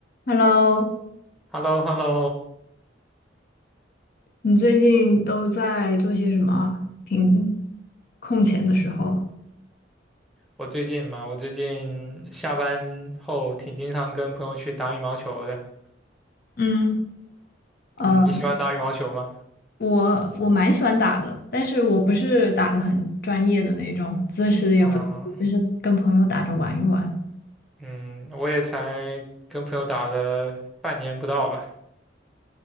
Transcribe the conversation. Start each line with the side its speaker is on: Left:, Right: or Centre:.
Left: Hello，
Centre: h e l l o h e l l o
Left: 你最近都在做些什么啊平空闲的时候，
Centre: 我最近嘛，我最近下班后挺经常跟朋友去打羽毛球的。
Left: 嗯，呃，
Centre: 嗯，你喜欢打羽毛球吗？
Left: 我我蛮喜欢打的，但是我不是打的很专业的那种，姿势也不，
Centre: 啊，
Left: 就是跟朋友打着玩一玩。
Centre: 嗯，我也才跟朋友打了半年不到吧，